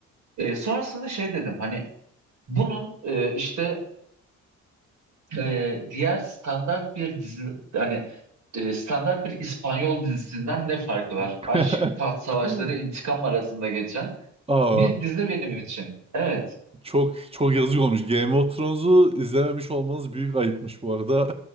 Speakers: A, on the right (about 75°); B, on the right (about 20°).
A: E, sonrasında şey dedim hani bunun e, işte e, diğer standart bir dizi hani e, standart bir İspanyol dizisinden ne farkı var?
B: <laughs>
A: Aşk, taht savaşları, intikam arasında geçen
B: Aa.
A: bir dizi benim için. Evet.
B: Çok çok yazık olmuş. Game of Thrones'u izlememiş olmanız büyük ayıpmış bu arada.